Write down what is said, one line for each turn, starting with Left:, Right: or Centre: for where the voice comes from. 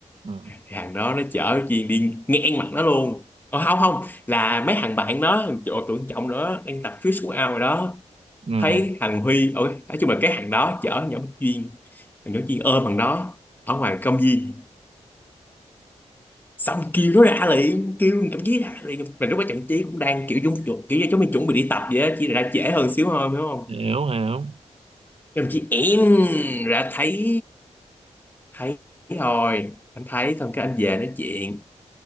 Right: ừ.
Left: hàng đó nó chở chuyện đi ngang mặt nó luôn Ờ, không không là mấy thằng bạn nó thằng chỗ tưởng trọng nữa đang tập trước xuống ao rồi đó
Right: ừ.
Left: thấy thằng Huy ôi nói chung là cái thằng đó chở nhỏ Duyên thằng nhỏ Duyên ôm thằng đó ở ngoài công viên xong kêu nó ra liền kêu thằng Trọng chí ra liền mà lúc đó thằng chí cũng đang kiểu dung chuột kiểu giống chúng mình chuẩn bị đi tập vậy á chỉ là ra trễ hơn xíu thôi hiểu không
Right: hiểu hiểu
Left: thằng chí em ra thấy thấy thôi anh thấy xong cái anh về nói chuyện